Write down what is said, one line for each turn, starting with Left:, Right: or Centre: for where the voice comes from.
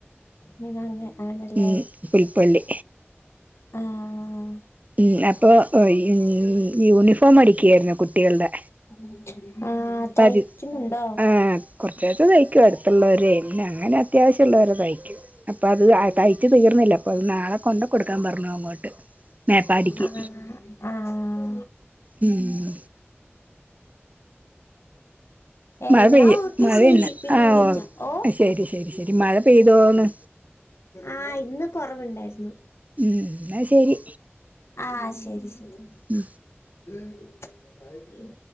Left: ഉം അങ്ങെ ആണല്ലേ
Right: ഉം പുൽപ്പള്ളി
Left: ആഹ് ആഹ്
Right: ഉം അപ്പൊ ഈ യൂണിഫോം അടിക്കയായിരുന്നു കുട്ടികളുടെ
Left: ആഹ്
Right: <unintelligible>
Left: തയ്ക്കുന്നുണ്ടോ
Right: ആഹ് കൊറച്ചു കൊറച്ചു തയ്ക്കും അടുത്തുള്ളവരെ അങ്ങനെ അത്യാവശ്യമുള്ളവരെ തയ്ക്കും അപ്പൊ അത് തയ്ച്ചു തീർന്നില്ല അപ്പൊ അത് നാളെ കൊണ്ട കൊടുക്കാൻ പറഞ്ഞു അങ്ങോട്ട് മേപ്പാടിക്ക്
Left: ആഹ് ആഹ്
Right: ഉം
Left: എന്നാ
Right: മഴ പെയ്യ്
Left: ഓക്കെ
Right: മഴന്നെ
Left: ശരി പിന്നെ
Right: ആഹ്
Left: വിളിക്കാം
Right: ഓഹ്
Left: ഓ
Right: ശരി ശരി ശരി മഴ പെയ്തോന്ന്
Left: ആഹ് ഇന്ന് കൊറവുണ്ടായിരുന്നു.
Right: ഉം ന്നാ ശരി
Left: ആഹ്.. ശരി.. ശരി
Right: ഉം
Left: ഉം..